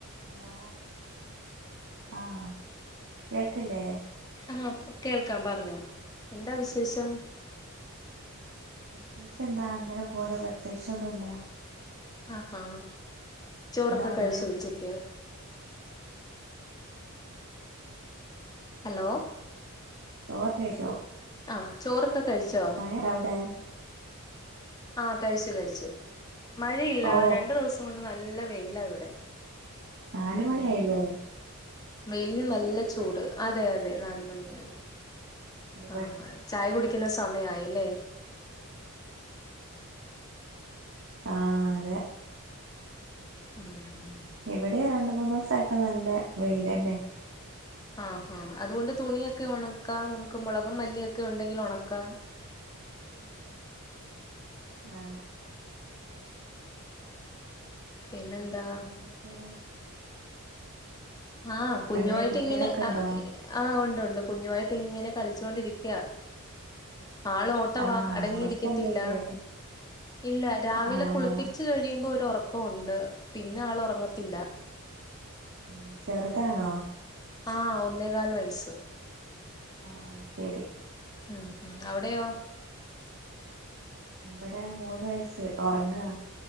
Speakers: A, on the right (about 60°); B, on the left (about 20°).
A: ഹലോ ആ കേൾക്കില്ലേ
B: ആ കേൾക്കാം പറഞ്ഞോ എന്താ വിശേഷം
A: വിശേഷം എന്താ അങ്ങനെ പോണു പ്രതേകിച്ചു ഒന്നുല്ല
B: ആ ആ ചോറൊക്കെ
A: അവിടെ
B: കഴിച്ചോ ഉച്ചക്ക് ഹലോ
A: ചോറ് കഴിച്ചോ
B: ആ ചോറൊക്കെ കഴിച്ചോ
A: മയടാ അവിടെ
B: ആ കഴിച്ചു കഴിച്ചു മഴയില്ല
A: ഓ
B: രണ്ടു ദിവസം കൊണ്ട് നല്ല വെയില് യില്ല ഇവിടെ
A: നാല്
B: ഉം
A: മണി ആയല്ലോ
B: വെയിലിന് നല്ല ചൂട് അതെയതെ നാല് മണിയായി.
A: ഇവിടെ
B: ആ ചായ കുടിക്ക് കുടിക്കുന്ന സമയായി ല്ലേ
A: ആ അതെ
B: ഉം
A: ഇവിടെയും രണ്ട് മൂന്ന് ദിവസായിട്ട് നല്ല വെയിലന്നെ
B: ആ ആ അതുകൊണ്ട് തുണിയൊക്കെ ഉണക്കാം നമുക്ക് മുളകുംമല്ലിയൊക്കെ ഉണ്ടെങ്കിൽ ഉണക്കാം
A: ആ
B: പിന്നെന്താ
A: പിന്നെന്തൊക്കെയാണ്
B: ആ കുഞ്ഞുമായിട്ട്
A: എവിടെ കുട്ടികളൊക്കെ
B: ഇങ്ങനെ
A: ഉണ്ടോ
B: ആ ആ ഉണ്ട് ഉണ്ട് ഇവിടെ കുഞ്ഞുമായിട്ട് ഇങ്ങനെ കളിച്ചുകൊണ്ടിരിക്കയാ ആള് ഓട്ടവാ
A: ആഹ്
B: അടങ്ങിയിരിക്കത്തില്ല
A: ഉറക്കൊന്നുല്ലേ
B: ഇല്ല രാവിലെ
A: ആഹ്
B: കുളിപ്പിച്ച് കഴിയുമ്പോ ഒരുറക്ക് ഉണ്ട് പിന്നെ ആൾ ഉറങ്ങത്തില്ല
A: <unintelligible> ചെറുതാണോ
B: ആ ഒന്നേകാൽ വയസ്സ്
A: ആ അത് ശരി
B: ഉം മ് അവിടെയോ
A: ഇവിടെ മൂന്ന് വയസ്സ് ഒറങ്ങാ